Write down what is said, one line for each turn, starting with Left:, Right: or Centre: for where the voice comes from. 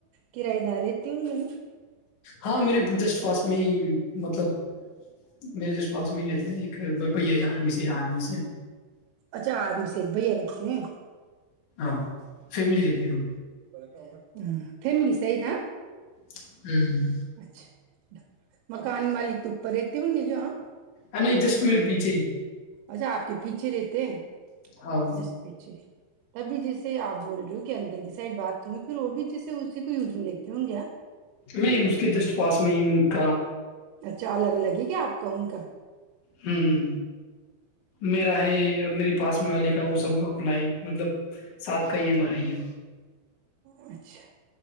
Right: کرایہ دار رہتے ہوں گے نا
Left: ہاں میرے جسٹ پاس میں ہی مطلب میرے جسٹ پاس میں ہی رہتے ہیں ایک بھیا آرمی سے آرمی سے
Right: اچھا آرمی سے تی <inaudible>
Left: ہاں فیملی رہتی ہو
Right: <unintelligible> تھ ملیسئی تھا
Left: ہوں
Right: اچھا مکان مالک تو اوپر رہتے ہوں گے جو ہاں
Left: ا نہیں جسٹ میرے پیچھے ہی
Right: اچھا آپ کے پیچھے رہتے ہیں
Left: ہاں
Right: جس پیچھے تبھی جیسے آپ بول رہے ہو کہ اندر کی سائڈ بات پھرر وہ بھی جیسے اس کوئییز ملےتی ہوں گیا
Left: میں اس کے جسٹ پاس میں ہی ان کا
Right: اچھا الگ الگ ہی کیا آپ کا ان کا
Left: ہوں میرا ہے میری پاس میں وال کیا وہ سب اپنا ہی مطلب ساتھ کا ہی ہمارا یہ
Right: اچھا